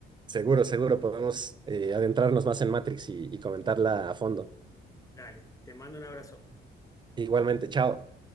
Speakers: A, on the right; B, on the left.
A: Seguro, seguro, podemos eh, adentrarnos más en Matrix y y comentarla a fondo.
B: Dale, te mando un abrazo.
A: Igualmente, chao.